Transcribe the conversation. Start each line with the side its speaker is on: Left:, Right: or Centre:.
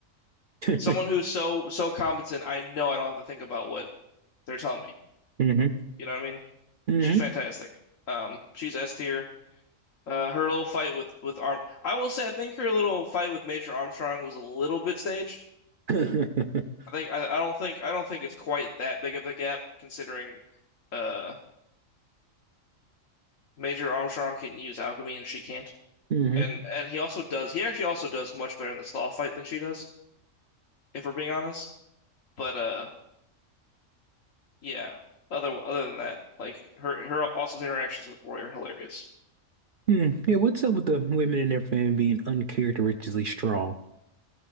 Right: <laughs>
Left: someone who's so so competent, I know I don't have to think about what they're telling me.
Right: Mm-hmm.
Left: You know what I mean?
Right: Mm-hmm.
Left: She's fantastic. Um, she's S tier. Uh, her little fight with with Arm, I will say, I think her little fight with Major Armstrong was a little bit staged.
Right: <coughs>
Left: I
Right: <laughs>
Left: think I, I don't think I don't think it's quite that big of a gap considering uh Major Armstrong can use alchemy and she can't.
Right: hmm
Left: And and he also does. He actually also does much better in the Sloth fight than she does, if we're being honest. But uh, yeah. Other other than that, like her her also her interactions with Roy are hilarious.
Right: Hmm. Yeah, what's up with the women in their family being uncharacteristically strong?